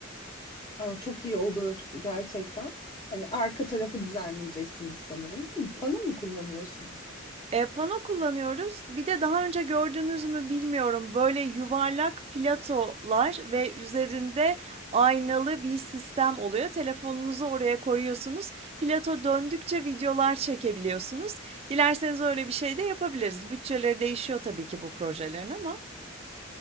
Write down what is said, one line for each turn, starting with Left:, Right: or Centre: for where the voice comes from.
Left: Aa, çok iyi olur gerçekten. Hani arka tarafı düzenleyeceksiniz sanırım, değil mi? Pano mu kullanıyorsunuz?
Right: E pano kullanıyoruz. Bir de daha önce gördünüz mü bilmiyorum, böyle yuvarlak platolar ve üzerinde aynalı bir sistem oluyor. Telefonunuzu oraya koyuyorsunuz. Plato döndükçe videolar çekebiliyorsunuz. Dilerseniz öyle bir şey de yapabiliriz. Bütçeleri değişiyor tabii ki bu projelerin ama.